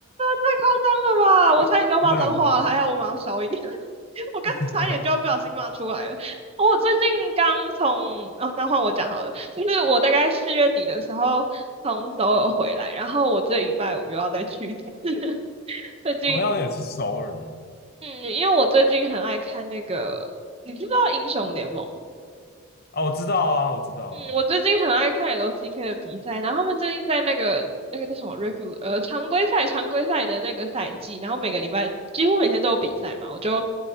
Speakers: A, on the right (about 25°); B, on the left (about 45°).
A: 太夸张了吧！我差点给我骂脏话了，
B: 真的很夸张。
A: 还好我马上消音。<laughs> 我刚差一点就要不小心骂出来了。
B: <laughs>
A: 哦我最近刚从，哦，那换我讲好了，就是我大概四月底的时候从首尔回来，然后我这礼拜五又要再去一次。<laughs> 最近，
B: 同样也是首尔嘛，
A: 嗯，因为我最近很爱看那个，你知不知道英雄联盟？
B: 啊，我知道啊，我知道啊，
A: 嗯，我最近很爱看 LCK 的比赛，然后他们最近在那个那个叫什么 regular 呃常规赛常规赛的那个赛季，然后每个礼拜几乎每天都有比赛嘛，我就